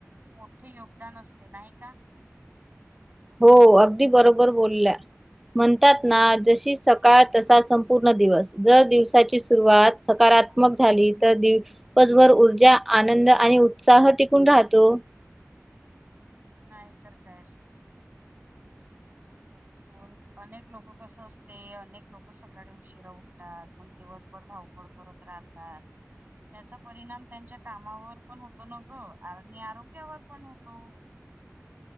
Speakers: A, on the right; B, in the centre.
A: मोठे योगदान असते नाही का?
B: हो अगदी बरोबर बोलल्या. म्हणतात ना जशी सकाळ तसा संपूर्ण दिवस जर दिवसाची सुरुवात सात. झाली तर दिवसभर ऊर्जा आनंद आणि उत्साह टिकून राहतो.
A: नाही तरर कायश
B: <unintelligible>
A: हो अनेक लोक कस असते अनेक लोक सकाळी उशिरा उठतात मग दिवसभर धावपड. करत राहतात. त्याचा परिणाम त्यांच्या कामावर पण होतो न ग आणि आणि आरोग्यावर पण होतो.